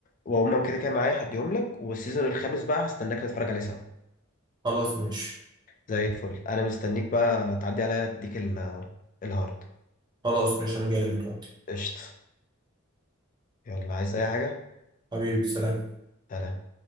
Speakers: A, on the left; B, on the right.
A: وهم كده كده معايا هديهم لك والسيزون الخامس بقى هستناك نتفرج عليه سوا
B: خلاص ماشي
A: زي الفل انا مستنيك بقى تعدي عليا اديك ال- الهارد
B: خلاص ماشي انا جاي لك دلوقتي
A: قشطة يلا عايز اي حاجة
B: حبيبي سلام
A: سلام